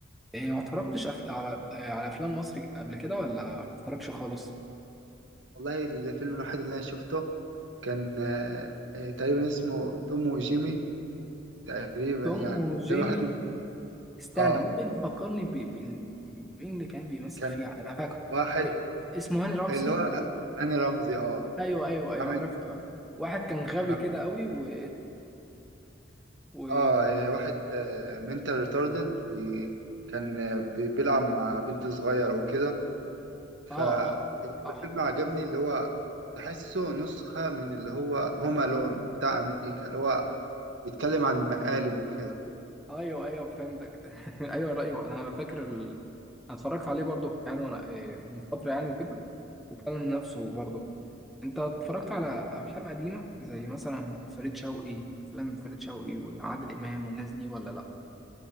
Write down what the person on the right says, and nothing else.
والله الفيلم الوحيد اللي أنا شفته كان آه، آه، تقريبا اسمه توم وجيمي تقريبا
يعني
ده الوحيد اللي-
أه
كان
واحد
اللي هو هاني رمزي أه
عامل
كان
اه آه، واحد منتال ريتاردد وكان آه، بي- بيلعب مع بنت صغيرة وكده فالفيلم
عجبني اللي هو تحسه نسخة من اللي هو هوم لون بتاع أمريكا اللي هو بيتكلم عن المقالب وكده